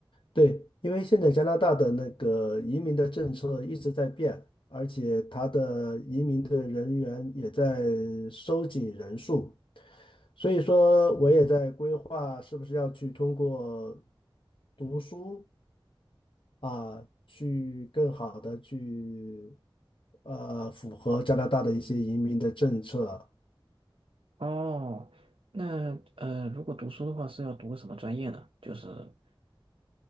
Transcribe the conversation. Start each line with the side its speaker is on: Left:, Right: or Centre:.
Left: 对，因为现在加拿大的那个移民的政策一直在变，而且它的移民的人员也在收紧人数，所以说我也在规划是不是要去通过读书啊，去更好的去呃符合加拿大的一些移民的政策。
Right: 哦，那呃，如果读书的话是要读个什么专业呢？就是